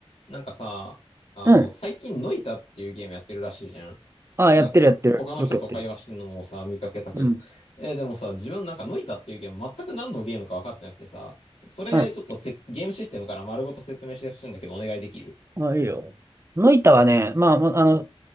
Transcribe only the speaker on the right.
うん。
ああ、
やってるやってる。
よくやってる。
うん。
うん。
ああ、いいよ。ノイタはね、まあ、もうあの、